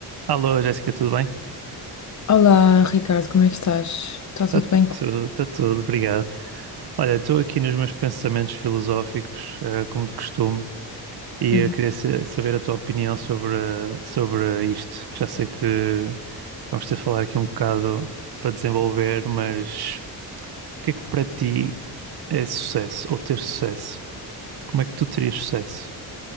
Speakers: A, on the right (about 60°); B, on the left (about 40°).
A: Alô, Jéssica, tudo bem?
B: Olá, Ricardo, como é que estás? Está
A: Tá
B: tudo bem com...
A: tudo, tá tudo, obrigado. Olha, estou aqui nos meus pensamentos filosóficos, eh, como de costume, e
B: Sim.
A: eu queria sa- saber a tua opinião sobre, eh, sobre isto, que já sei que vamos ter de falar aqui um bocado para desenvolver, mas o que é que para ti é sucesso, ou ter sucesso? Como é que tu terias sucesso?